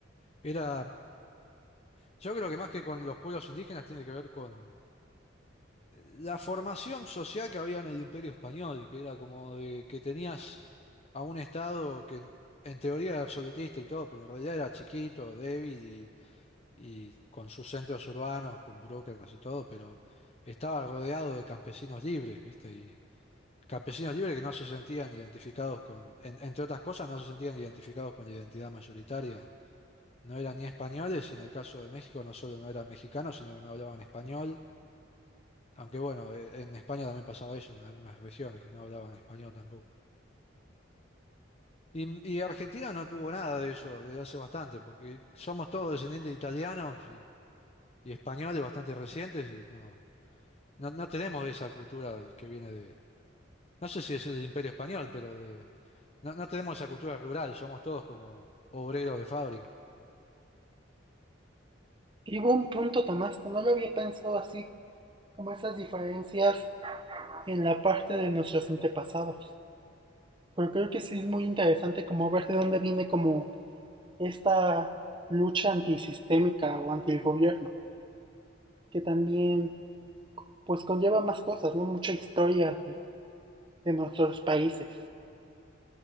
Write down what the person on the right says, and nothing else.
y hubo un punto, Tomás, que no lo había pensado así, como esas diferencias en la parte de nuestros antepasados. Pero creo que sí es muy interesante como ver de dónde viene como esta lucha antisistémica o anti el gobierno, que también pues conlleva más cosas, ¿no? Mucha historia de, de nuestros países.